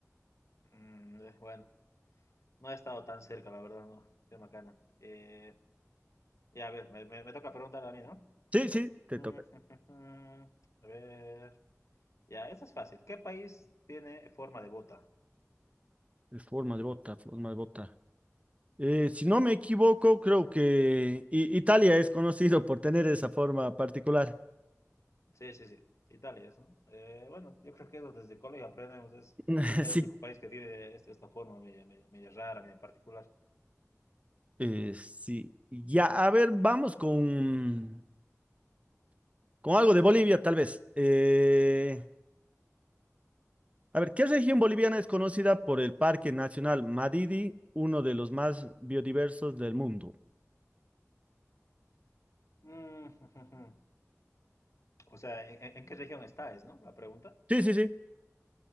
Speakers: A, on the left; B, on the right.
A: Mm, eh, bueno. No he estado tan cerca, la verdad, no. Qué macana. Eh, ya, a ver, me, me- me toca preguntar a mí, ¿no?
B: Sí, sí,
A: Mm,
B: te toca.
A: <laughs> A ver. Ya, esa es fácil. ¿Qué país tiene forma de bota?
B: Es Forma de bota, forma de bota. Eh, si no me equivoco, creo que I- Italia es conocido por tener esa forma particular.
A: Sí, sí, sí. Italia, eso. Eh, bueno, yo creo que eso desde colegio aprendemos. Es
B: <laughs>
A: el
B: Sí.
A: único país que tiene este- esta forma media, media, media rara, media particular.
B: Eh, sí. Ya, a ver, vamos con, con algo de Bolivia, tal vez. Eh, a ver, ¿qué región boliviana es conocida por el Parque Nacional Madidi, uno de los más biodiversos del mundo?
A: Mm, <laughs> O sea, ¿en, en- en qué región está, es, no? La pregunta.
B: Sí, sí, sí.